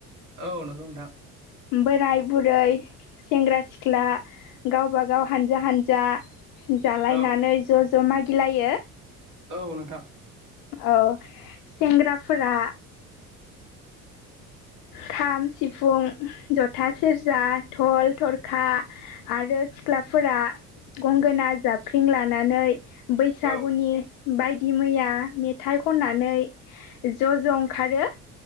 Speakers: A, on the right; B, on the left.
A: औ नंगौ नोंथां।
B: बोराय बुरै सेंग्रा-सिख्ला गावबा गाव हानजा हानजा जालायनानै
A: औ
B: ज' ज' मागिलायो।
A: औ नोंथां।
B: औ सेंग्राफोरा। खाम, सिफुं, जथा, सेरजा, धल, थरखा आरो सिख्लाफोरा गंगोना जाबफ्रिं लानानै बैसागुनि
A: औ
B: बायदि मैया मेथाइ खननानै ज' ज' ओंखारो।